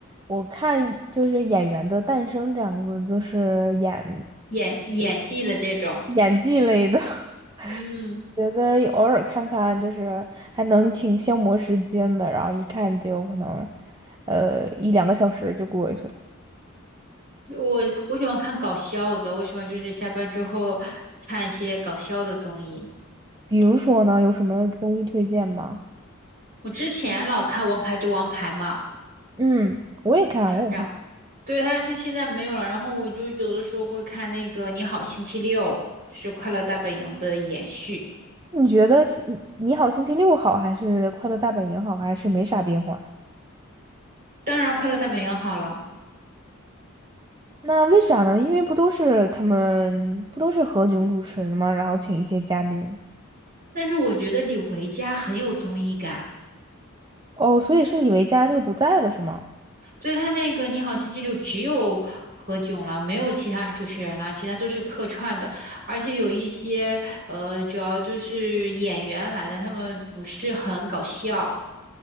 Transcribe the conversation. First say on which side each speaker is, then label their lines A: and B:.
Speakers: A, on the right (about 20°); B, on the right (about 45°).
A: 我看就是演员的诞生这样子，就是演
B: 演演技的这种，
A: 演技类的，<laughs>
B: 嗯，
A: 觉得有偶尔看看就是还能挺消磨时间的，然后一看就可能，呃，一两个小时就过去了。
B: 我我喜欢看搞笑的，我喜欢就是下班之后看一些搞笑的综艺。
A: 比如说呢，有什么综艺推荐吗？
B: 我之前老看《王牌对王牌》嘛，
A: 嗯，我也看，我也看。
B: 然对他他现在没有了，然后我就有的时候会看那个《你好星期六》，就是《快乐大本营》的延续。
A: 你觉得星《你好星期六》好，还是《快乐大本营》好，还是没啥变化？
B: 当然，《快乐大本营》好了。
A: 那为啥呢？因为不都是他们不都是何炅主持的吗？然后请一些嘉宾。
B: 但是我觉得李维嘉很有综艺感，
A: 哦，所以是李维嘉就是不在了，是吗？
B: 对他那个《你好星期六》只有何炅了，没有其他主持人了，其他都是客串的，而且有一些呃，主要就是演员来的，他们不是很搞笑，